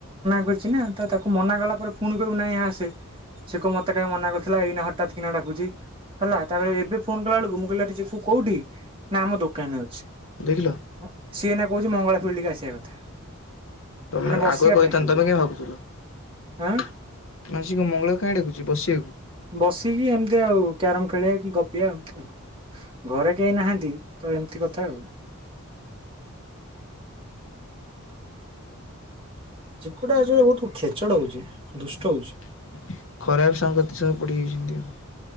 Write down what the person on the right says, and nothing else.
କରିଚି ନା ତ ତାକୁ ମନା କଲା ପରେ ପୁଣି କହିବୁ ନାଇଁ ଆସେ ସେ କହିବ ମତେ କାହିଁ ମନା କରିଥିଲା ଏଇନା ହଠାତ କିନା ଡାକୁଛି ହେଲା ତାପରେ ଏବେ ଫୋନ କଲା ବେଳକୁ ମୁଁ କହିଲି ଆରେ ଚିକୁ କୋଉଠି ନା ଆମ ଦୋକାନରେ ଅଛି।
ହଁ ସିଏ ଏଇନା କହୁ ମଙ୍ଗଳା ଫିଲ୍ଡ କି ଆସିଆ କଥା।
ମାନେ ବସିବା
ପାଇଁ ଖାଲି।
ଆଁ
ବସିକି ଏମିତି ଆଉ କ୍ୟାରମ ଖେଳିଆ କି ଗପିଆ ଏମତି ଆଉ। ଘରେ କେହି ନାହାନ୍ତି ତ ଏମିତି କଥା ଆଉ। ଝୁକୁଟା ଆ ଯୋଉ ବହୁତ ଖେଚଡ ହଉଛି। ଦୁଷ୍ଟ
ହଉଛି।